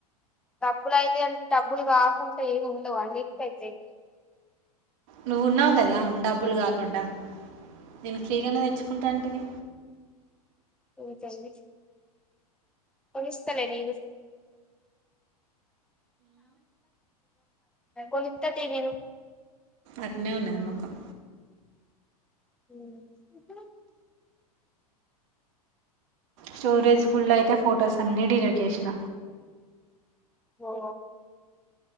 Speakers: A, in the centre; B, on the right.
A: డబ్బులు అయితయ డబ్బులు కాకుంటా ఏమి ఉండవు అన్నిటికయితయ్
B: నువ్వు ఉన్నావు కదా డబ్బులు కాకుండా నిన్ ఫ్రీగానే తెచ్చుకుంటంటిని
A: ఉంచండి కొనిస్తలే నేను కొనిత్త తీ నేను
B: అట్నే ఉన్నది మొకం
A: ఉమ్ ఇప్పుడు
B: స్టోరేజ్ ఫుల్ అయితే ఫొటోస్ అన్నీ డిలీట్ చేషిన
A: ఓ